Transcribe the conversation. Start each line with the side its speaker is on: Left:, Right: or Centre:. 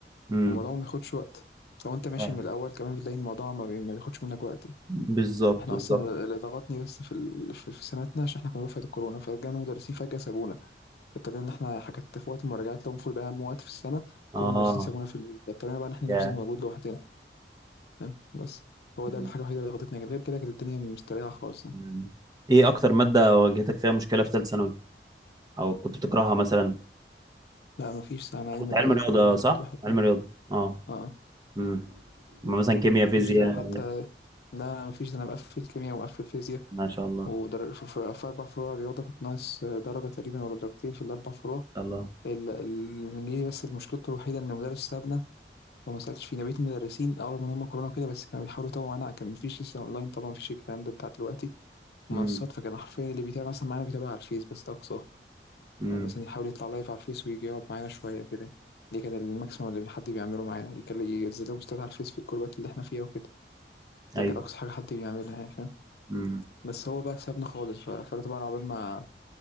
Right: امم
Left: والموضوع ما بياخدش وقت لو انت ماشي
Right: فاهم.
Left: من الاول كمان بتلاقي إن الموضوع ما بي- ما بياخدش منك وقت
Right: بالظبط
Left: احنا
Right: بالظبط
Left: اصلا اللي ضغطني بس في ال... في في سنتنا عشان احنا كنا دفعه الكورونا فجانا مدرسين فجاه سابونا فاضطرينا ان احنا حكت في وقت المراجعات لو المفروض اهم وقت في السنه
Right: اه
Left: كل المدرسين سابونا في البيت فاضطرينا بقى ان احنا
Right: يا
Left: نبذل مجهود لوحدنا تمام بس هو ده
Right: مم.
Left: الحاجه الوحيده اللي ضغطتنا لكن غير كده كانت الدنيا مستريحه خالص يعني.
Right: مم. ايه اكتر ماده واجهتك فيها مشكله في ثالث ثانوي او كنت بتكرهها مثلا
Left: لا مفيش انا علم
Right: كنت
Left: رياضه
Right: علم رياضه
Left: في كل المواد
Right: صح
Left: كنت بحبها
Right: علم رياضه اه
Left: اه
Right: امم مثلا كيمياء فيزياء
Left: مفيش ده أنا حتى لا انا مفيش ده انا مقفل كيمياء ومقفل فيزياء
Right: ما شاء الله ما
Left: ودر... في في- في أربع فروع رياضة كنت ناقص آه، درجة تقريبا ولا درجتين في الأربع فروع
Right: شاء الله
Left: ال- ال- الإنجليزي بس مشكلته الوحيدة إن المدرس سابنا وما سألتش فيه أنا بقيت المدرسين أول ما هم كورونا كده بس كانوا بيحاولوا يتوهوا معانا كان مفيش لسه أونلاين طبعا مفيش الكلام ده بتاع دلوقتي منصات
Right: امم
Left: فكان حرفيا اللي بيتابع مثلا معانا بيتابع على الفيس بس ده أقصاه
Right: امم
Left: يعني مثلا يحاول يطلع لايف على الفيس ويجي يقعد معانا شوية كده دي كان الماكسيمم اللي حد بيعمله معانا يكلم ينزل بوستات على الفيس في الجروبات اللي احنا فيها وكده ده
Right: ايوه
Left: كان أقصى حاجة حد بيعملها يعني فاهم
Right: امم
Left: بس هو بقى سابنا خالص ف- فأنا طبعا عقبال ما